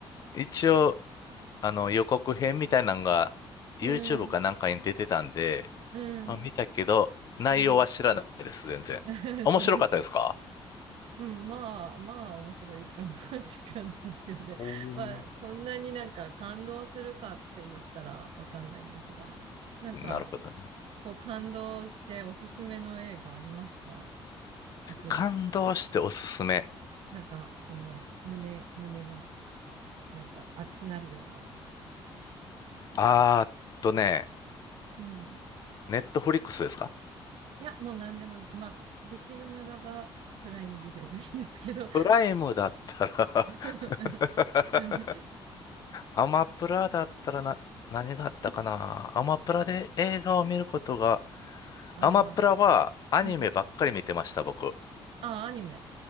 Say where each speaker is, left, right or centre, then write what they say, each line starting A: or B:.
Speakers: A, on the left; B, on the right.
A: 一応あの、予告編みたいなのが YouTube
B: うん、
A: かなんかに出てたんで、
B: うん、
A: まあ見たけど、内容は知らないです、
B: うん。
A: 全然。
B: <laughs>
A: 面白かったですか
B: そうですね。うん、まあ、まあ、面白いかな <laughs> って感じですよね。
A: おー
B: まあ、そんなになんか感動するかって言ったらわかんないんですが、なんか、
A: なるほどね。
B: こう感動しておすすめの映画ありますか逆に。
A: 感動しておすすめ。
B: なんか、その、胸、胸が、なんか熱くなるような。
A: あーっとね、
B: うん。
A: ネットフリックスですか
B: いや、もう何でも、まあ、できるならば、プライムビデオがいいんですけど。
A: プライムだったら
B: <laughs>
A: <laughs>
B: うん
A: アマプラだったらな、何があったかなアマプラで映画を見ることが、
B: ああ、
A: アマプラはアニメばっかり見てました、
B: うん。
A: 僕。
B: ああ、アニメ。